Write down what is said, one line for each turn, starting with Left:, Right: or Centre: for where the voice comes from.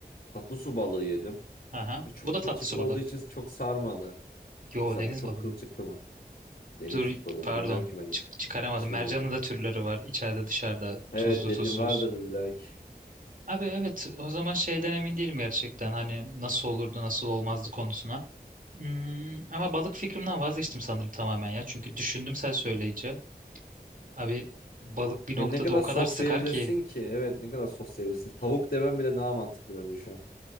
Left: Tatlı su balığı yedim.
Right: Aha.
Left: Ve çok
Right: Bu da
Left: kılçıklı
Right: tatlı su balığı.
Left: olduğu için çok sarmadı.
Right: Yo
Left: Mesela
Right: deniz
Left: bu çok
Right: balığı
Left: kılçıklı
Right: mı?
Left: mı? Deniz
Right: Dur
Left: balığı.
Right: pardon.
Left: Bilmiyorum ki ben hiç.
Right: Çık- çıkaramadım.
Left: Hiç
Right: Mercanın
Left: bilmiyorum.
Right: da türleri var. İçeride dışarıda.
Left: Evet
Right: Tuzlu
Left: dedim
Right: tuzsuz.
Left: vardır illaki.
Right: Abi evet o zaman şeyden emin değilim gerçekten. Hani nasıl olurdu nasıl olmazdı konusuna. Hmm, ama balık fikrimden vazgeçtim sanırım tamamen ya. Çünkü düşündüm sen söyleyince. Abi balık bir noktada
Left: Ya ne kadar
Right: o kadar
Left: soslayabilirsin
Right: sıkar ki.
Left: ki? Evet ne kadar soslayabilirsin? Tavuk demem bile daha mantıklı bence şu an.